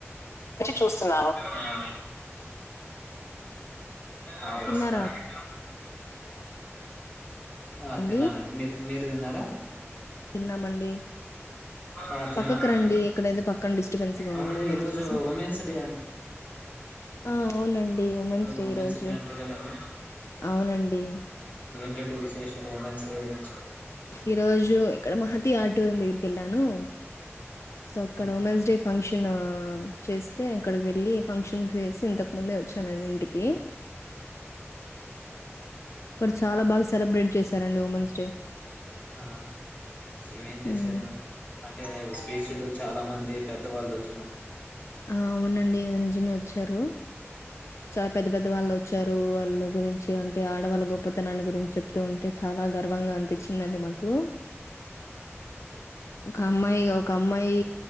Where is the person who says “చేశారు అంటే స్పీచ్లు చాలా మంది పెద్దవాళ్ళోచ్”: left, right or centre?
Left